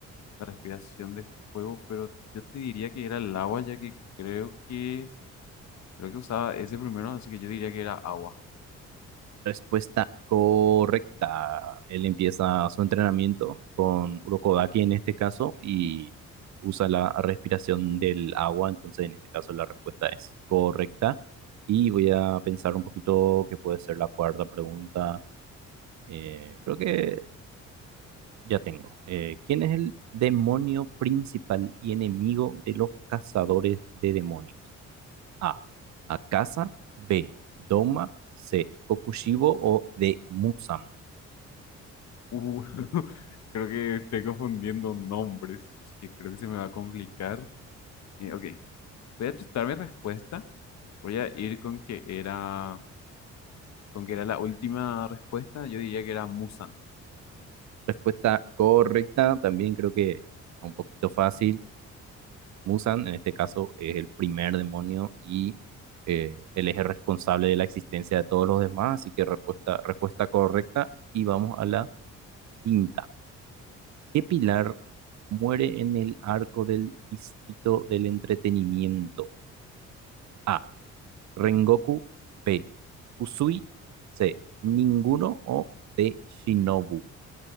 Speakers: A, on the left; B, on the right.
A: la respiración de fuego, pero yo te diría que era el agua, ya que creo que, creo que usaba ese primero, así que yo diría que era agua.
B: Respuesta correcta. Él empieza su entrenamiento con urokodaki en este caso y usa la respiración del agua. Entonces, en este caso, la respuesta es correcta. Y voy a pensar un poquito qué puede ser la cuarta pregunta. Eh, creo que ya tengo. Eh, ¿quién es el demonio principal y enemigo de los cazadores de demonios? A. Akasa. B. Doma. C. Kokushibo o D. Musam.
A: Uh, <laughs> creo que estoy confundiendo nombres, así que creo que se me va a complicar. Eh, ok, voy a chutar mi respuesta. Voy a ir con que era, con que era la última respuesta. Yo diría que era Musan.
B: Respuesta correcta, también creo que un poquito fácil. Musan, en este caso, es el primer demonio y eh, él es el responsable de la existencia de todos los demás, así que respuesta, respuesta correcta. Y vamos a la quinta. ¿Qué pilar muere en el arco del distrito del entretenimiento? A. Rengoku. B. Usui. C. Ninguno o D. Shinobu.